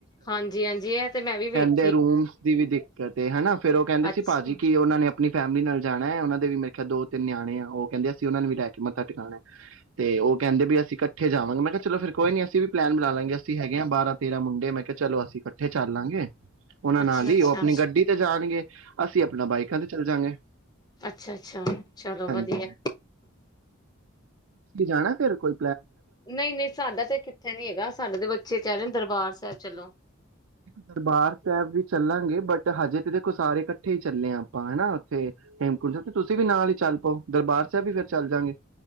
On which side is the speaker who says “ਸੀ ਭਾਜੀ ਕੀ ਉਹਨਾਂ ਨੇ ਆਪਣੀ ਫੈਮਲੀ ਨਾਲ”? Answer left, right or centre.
Right